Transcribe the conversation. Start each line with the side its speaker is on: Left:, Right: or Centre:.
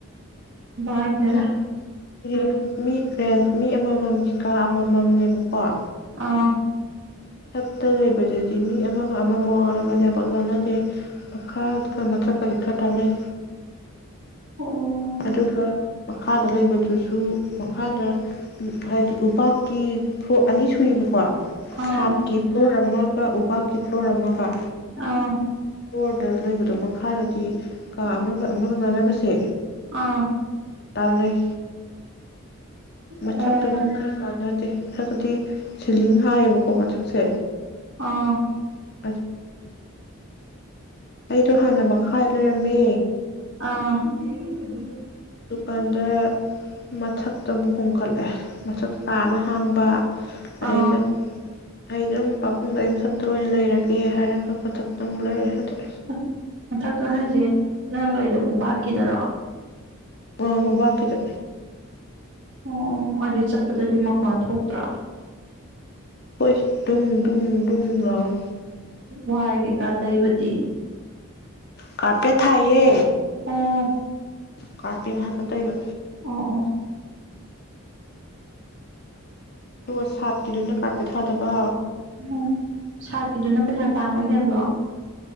Left: <unintelligible>
Right: ꯍꯥꯏꯗꯣꯏꯔꯥ
Left: ꯔꯦꯟꯁ ꯃꯤ ꯑꯃꯃꯝ ꯀꯀꯥ ꯑꯃꯃꯝꯅꯦꯕ <unintelligible>
Right: ꯑꯥ
Left: ꯃꯊꯛꯇ ꯂꯩꯕꯗꯗꯤ ꯃꯤ ꯑꯃꯒ ꯑꯃꯒ ꯋꯥ ꯉꯡꯅꯕꯖꯦ ꯌꯝꯄꯥꯛ ꯇꯥꯟꯅꯗꯦ ꯃꯈꯥꯒ ꯃꯊꯛꯀꯗꯤ ꯈꯔ ꯇꯥꯟꯅꯩ
Right: ꯑꯣ
Left: ꯑꯗꯨꯒ ꯃꯈꯥꯗ ꯂꯩꯕꯗꯨꯁꯨ ꯃꯈꯥꯗ ꯍꯥꯏꯗꯤ ꯎꯕꯥꯛꯀꯤ ꯐ꯭ꯂꯣꯔ ꯑꯅꯤ ꯁꯨꯏꯌꯦꯕꯀꯣ
Right: ꯑꯥ
Left: ꯁꯠꯇ ꯀꯤ ꯐꯨꯂ꯭ꯔꫭ ꯑꯕꯥꯛꯀꯤ <unintelligible> ꯀꯤꯐꯣꯔ ꯑꯃꯒ
Right: ꯑꯥ
Left: <unintelligible> ꯂꯩꯕꯗꯣ <unintelligible> ꯃꯈꯥꯗꯗꯤ ꯀꯥ ꯑꯃꯒ ꯑꯃꯒ ꯉꯥꯡꯅꯕꯁꯦ
Right: ꯑꯥ
Left: ꯇꯥꯅꯩ
Right: ꯑꯣ
Left: ꯃꯊꯛꯇꯗꯤ ꯈꯔ ꯇꯥꯅꯗꯦ ꯃꯊꯛꯇꯤ ꯁꯤꯂꯤꯡ ꯍꯥꯏꯌꯦꯕꯀꯣ ꯃꯊꯛꯁꯦ
Right: ꯑ
Left: <unintelligible> ꯑꯩꯗꯣ ꯍꯥꯟꯅ ꯃꯈꯥ ꯂꯩꯔꯝꯃꯦ
Right: ꯑ <unintelligible>
Left: ꯗꯨꯀꯥꯟꯗ ꯃꯊꯛꯇ ꯑꯃꯨꯛ ꯍꯣꯡꯀꯠꯂꯦ ꯃꯊꯛꯇ ꯀꯥ ꯑꯃ ꯍꯥꯡꯕ ꯑꯗꯩꯗ
Right: ꯑꯥ
Left: ꯑꯩꯗꯩꯗ ꯑꯄꯨꯛ ꯄꯥꯕꯨꯡꯗ ꯑꯩ ꯃꯊꯛꯇ ꯑꯣꯏꯅ ꯂꯩꯔꯒꯦ ꯍꯥꯏꯔꯒ ꯃꯊꯛꯇ ꯑꯃꯨꯛ ꯂꯩꯔꯦ ꯍꯧꯖꯤꯛ
Right: <unintelligible> ꯃꯊꯛꯇ ꯍꯥꯏꯖꯦ ꯅꯥꯡ ꯂꯩꯗꫭ ꯎꯕꯥꯛꯀꯤꯗꯔꯣ
Left: ꯑ ꯎꯕꯥꯛꯀꯤꯗ
Right: ꯑꯣ ꯑꯗꯨꯗꯤ ꯆꯠꯄꯗꯗꯤ ꯃꯈꯣꯟ ꯊꯣꯛꯇ꯭ꯔꯥ
Left: ꯍꯣꯏ ꯗꯨꯡ ꯗꯨꯡ ꯗꯨꯡ ꯂꯥꯎꯋꯦ
Right: ꯋꯥꯏ ꯀꯦꯀꯥ ꯇꯩꯕꯗꯤ
Left: ꯀꯥꯔꯄꯦꯠ ꯊꯥꯏꯌꯦ
Right: ꯑꯣ
Left: ꯀ꯭ꯔꯄꯦꯠ ꯃꯊꯛꯇ ꯇꯩꯕ
Right: ꯑꯣ ꯑꯣ
Left: ꯑꯗꯨꯒ ꯁꯥꯠꯀꯤꯗꯨꯅ ꯀꯥꯔꯄꯦꯠ ꯊꯥꯗꯕ
Right: ꯎꯝ ꯁꯥꯠꯀꯤꯗꯨꯅ ꯄꯩꯁꯥ ꯇꯥꯡꯕ ꯍꯦꯟꯕ꯭ꯔꯣ